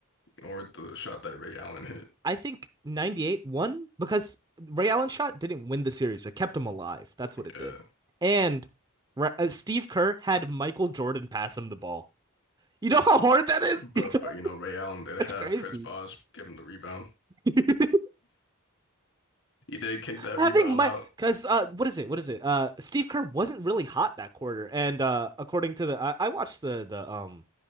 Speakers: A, on the left; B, on the right.
A: or the shot that Ray Allen hit?
B: I think 98 won because Ray Allen shot didn't win the series. It kept him alive. That's what it
A: Yeah.
B: did. And uh, Steve Kerr had Michael Jordan pass him the ball. You know how hard that is? <laughs>
A: But but you know, Ray Allen did
B: That's
A: have
B: crazy.
A: Chris Bosh give him the rebound.
B: <laughs>
A: He did kick that
B: Having
A: rebound
B: my
A: out.
B: because uh, what is it? What is it? Uh, Steve Kerr wasn't really hot that quarter, and uh, according to the I, I watched the the um